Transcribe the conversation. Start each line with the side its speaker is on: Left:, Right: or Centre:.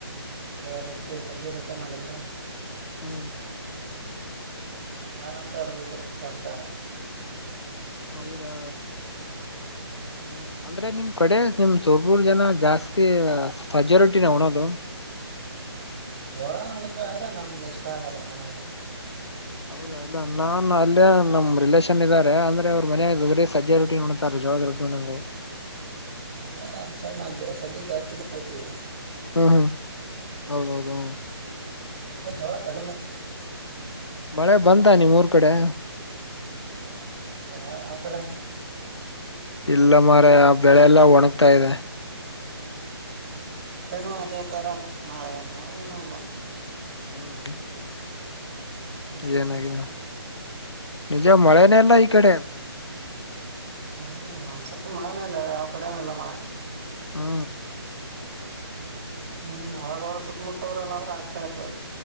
Right: ಏ ರೊಟ್ಟಿ ಸಜ್ಜಿ ರೊಟ್ಟ ಮಾಡಿದ್ರು.
Left: ಹ್ಮ
Right: ಪತಾರ ಅಂತ ಇರದಿದ್ರು ಕೆಂಪರ
Left: ಹೌದಾ ಹ್ಮ ಅಂದ್ರೆ ನಿಮ್ಮ ಕಡೆ ನಿಮ ಸ ಮೂರ ಜನ ಜಾಸ್ತಿ ಸಜಾರಿಟಿನ ಉಣೋದು.
Right: ಹೋಳ ನೋಡತೇವಿ ಆದ್ರೆ ನನ್ಗೆ ಇಷ್ಟ ಆಗಲ್ಲ ಮನೇಲಿ.
Left: ಹೌದಾ. ಇಲ್ಲ ನಾನ್ ಅಲ್ಲೇ ನಮ್ ರಿಲೇಷನ್ ಇದಾರೆ ಅಂದ್ರೆ ಅವ್ರ ಮನಯ ಬರೀ ಸಜ್ಜ ರೊಟ್ಟಿ ನೋಡ್ತಾರೆ ಜೋಳದ ರೊಟ್ಟಿ ನೋಡೋ
Right: ಅಂದೇ ನಮ್ ಸೈ ನಾ ಸಜ್ಯ ಜಾಸ್ತಿ ಬೆತೀವಿ.
Left: ಹ್ಮ ಹ್ಮ ಹೌದ ಹೌದು.
Right: ಎ ಜೋಳ ಕಡಮೆ
Left: ಮಳೆ ಬಂತ ನಿಮ್ಮ ಉರ ಕಡೆ.
Right: ಮಳೆ ಏನ ಇಲ್ಲ ಕ ಆ ಕಡೆ
Left: ಇಲ್ಲ ಮಾರಯ ಬೆಳೆಲ್ಲ ಒಣಗ್ತಾ ಇದೆ.
Right: ಕಡೆನ ಅದೇ ತರಾನೇ ಮಳೆ ಇಲ್ಲ ಏನು ಇಲ್ಲ.
Left: ಹ್ಮ
Right: ಹ್ಮ್
Left: ಏನಾಗಿದೆ ನಿಜ ಮಳೆನೇ ಇಲ್ಲ ಈ ಕಡೆ.
Right: ಹ್ಮ ಒಂದ್ಸರಿ ಮಳೆನೇ ಇಲ್ಲ ಯಾವ ಕಡೆನ ಇಲ್ಲ ಮಳೆ.
Left: ಹ್ಮ
Right: ಹ್ಮ ಅವಾಗವಾ ಸುತ್ತಮುತ್ತ ಅವ್ರ ಎಲ್ಲಾದ್ರ ಆಗ್ತಾ ಇತ್ತ.